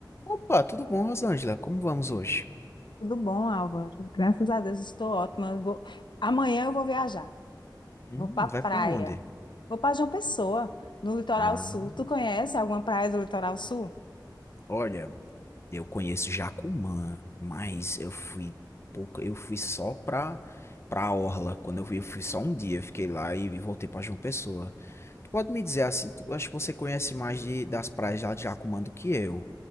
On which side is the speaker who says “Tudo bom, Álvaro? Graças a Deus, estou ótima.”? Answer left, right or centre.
Left